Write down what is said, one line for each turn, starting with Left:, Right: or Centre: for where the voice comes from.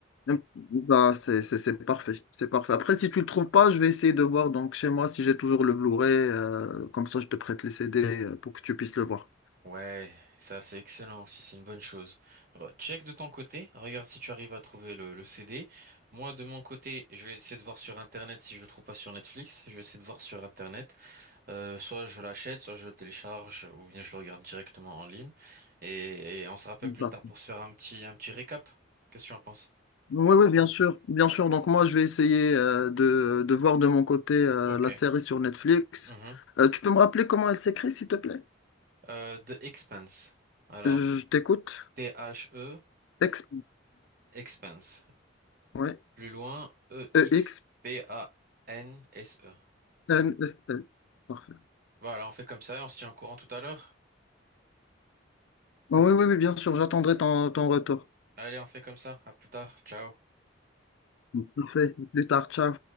Left: Euh, Bah, c'est c'est- c'est parfait, c'est parfait. Après, si tu le trouves pas, je vais essayer de voir donc chez moi si j'ai toujours le Blu-ray. euh, comme ça, je te prête les CD euh, pour que tu puisses le voir.
Right: Ouais, ça c'est excellent aussi, c'est une bonne chose. Re- Check de ton côté, regarde si tu arrives à trouver le, le CD. Moi de mon côté, je vais essayer de voir sur Internet si je le trouve pas sur Netflix. Je vais essayer de voir sur Internet. Euh, soit je l'achète, soit je le télécharge, ou bien je le regarde directement en ligne. Et, et on se rappelle
Left: Bah.
Right: plus tard pour se faire un petit, un petit récap. Qu'est-ce que tu en penses?
Left: Oui, oui, bien sûr, bien sûr. Donc moi, je vais essayer euh, de, de voir de mon côté euh,
Right: Ok.
Left: la série sur Netflix.
Right: Mhm.
Left: Euh, tu peux me rappeler comment elle s'écrit, s'il te plaît?
Right: Euh, The Expanse. Alors,
Left: Je t'écoute.
Right: T-H-E,
Left: Ex...
Right: Expanse.
Left: Ouais.
Right: Plus loin, E-X-P-A-N-S-E.
Left: E X M S L. Parfait.
Right: Voilà, on fait comme ça et on se tient au courant tout à l'heure.
Left: Oh, oui, oui, oui, bien sûr, j'attendrai ton, ton retour.
Right: Allez, on fait comme ça. À plus tard. Ciao.
Left: Parfait. Plus tard, ciao.